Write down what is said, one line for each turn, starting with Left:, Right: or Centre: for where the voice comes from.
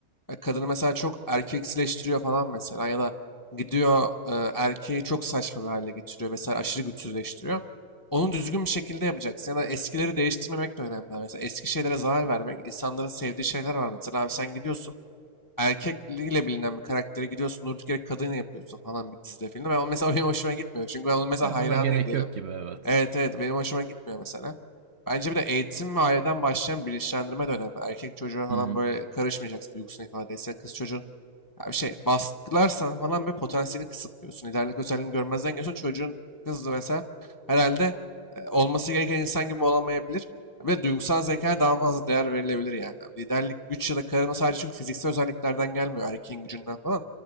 Left: e, kadını mesela çok erkeksileştiriyor falan mesela ya da gidiyor e, erkeği çok saçma bir hale getiriyor. Mesela aşırı güçsüzleştiriyor. Onu düzgün bir şekilde yapacaksın. Ya da eskileri değiştirmemek de önemli. abi. Mesela eski şeylere zarar vermek. insanların sevdiği şeyler var. Mesela abi sen gidiyorsun erkekliğiyle bilinen bir karaktere gidiyorsun durduk yere kadın yapıyorsun falan bir dizide filmde. Ben o mesela benim hoşuma gitmiyor. Çünkü ben onun mesela
Right: Ya
Left: hayranıyım
Right: ona gerek
Left: diyelim.
Right: yok gibi evet.
Left: Evet evet benim hoşuma gitmiyor mesela. Bence bir de eğitim ve aileden başlayan bilinçlendirme de önemli. Erkek çocuğa falan
Right: Hı hı.
Left: böyle karışmayacaksın duygusunu ifade etse. Kız çocuğun ya bir şey baskılarsan falan bir potansiyelini kısıtlıyorsun. Liderlik özelliğini görmezden geliyorsun. Çocuğun kızı mesela herhalde e, olması gereken insan gibi olamayabilir. Bir de duygusal zekaya daha fazla değer verilebilir yani. Abi Liderlik güç ya da karizma sadece çünkü fiziksel özelliklerden gelmiyor. Erkeğin gücünden falan.